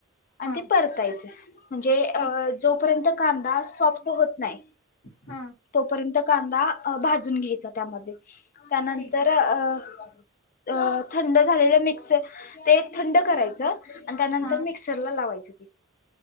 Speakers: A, on the left (about 40°); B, on the left (about 75°).
A: आणि
B: हां
A: ते परतायच. म्हणजे जोपर्यजोपर्यंत
B: ठीक
A: -- कांदा सॉफ्ट होत नाही.
B: ह
A: तोपर्यंत कांदा भाजून घ्यायचा त्यामध्ये. त्यानंतर
B: ठीक आहे
A: अ -- अ थंड झालेलं मिक्स ते थंड करायचं. आणि त्यानंतर
B: हां
A: मिक्सर ला लावायचं. <unintelligible>